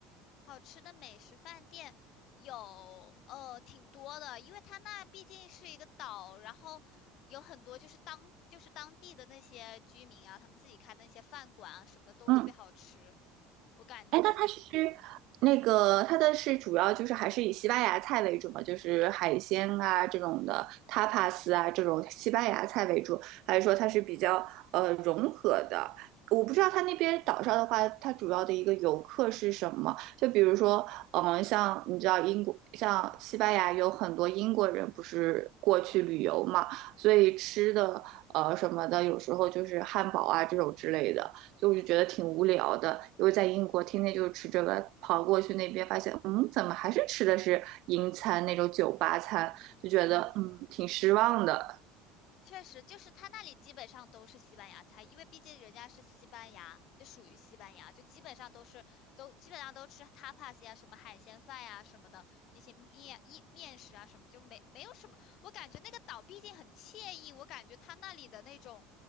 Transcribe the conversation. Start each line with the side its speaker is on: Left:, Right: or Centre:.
Left: 好吃的美食饭店有呃挺多的，因为它那毕竟是一个岛，然后有很多就是当就是当地的那些居民啊，他们自己开的那些饭馆啊什么的都特别好吃，
Right: 嗯。
Left: 我感觉
Right: 哎，那它是那个它的是主要就是还是以西班牙菜为主嘛，就是海鲜啊这种的 tapas 啊这种西班牙菜为主，还是说它是比较呃融合的？我不知道它那边岛上的话，它主要的一个游客是什么？就比如说，嗯，像你知道英国，像西班牙有很多英国人不是过去旅游嘛，所以吃的呃什么的，有时候就是汉堡啊这种之类的。所以我就觉得挺无聊的。因为在英国天天就是吃这个，跑过去那边发现，嗯，怎么还是吃的是英餐那种酒吧餐，
Left: 嗯。
Right: 就觉得嗯挺失望的。
Left: 确实，就是他那里基本上都是西班牙菜，因为毕竟人家是西班牙，就属于西班牙，就基本上都是都基本上都吃 tapas 呀，什么海鲜饭呀什么的，一些面一面食啊什么，就没没有什么。我感觉那个岛毕竟很惬意，我感觉他那里的那种